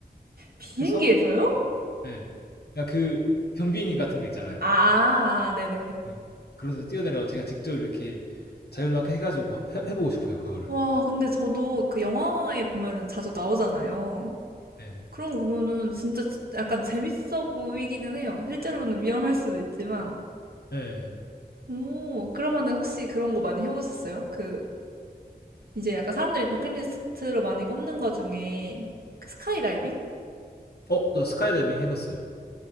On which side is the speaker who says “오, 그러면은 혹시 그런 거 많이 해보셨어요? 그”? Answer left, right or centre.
Right